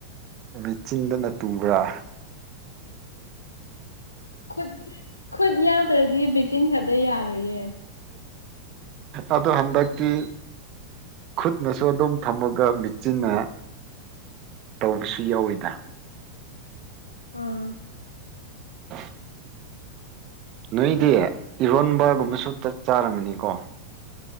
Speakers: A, on the right; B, on the left.
A: ꯃꯤꯆꯤꯟꯗꯅ ꯇꯨꯕꯔꯥ
B: ꯈꯨꯠ ꯈꯨꯠ ꯌꯥꯎꯗ꯭ꯔꯗꯤ ꯃꯦꯆꯤꯟ ꯈꯛꯇ ꯌꯥꯔꯣꯏꯌꯦ
A: ꯑꯗꯣ ꯍꯟꯗꯛꯀꯤ ꯈꯨꯠꯅꯁꯨ ꯑꯗꯨꯝ ꯊꯝꯃꯒ ꯃꯦꯠꯆꯤꯟꯅ ꯇꯧꯕꯁꯨ ꯌꯥꯎꯋꯤꯗ
B: ꯑ
A: <inaudible> ꯅꯣꯏꯗꯤ ꯏꯔꯣꯟꯕꯒꯨꯝꯕꯁꯨ ꯆꯠ ꯆꯥꯔꯝꯃꯅꯤꯀꯣ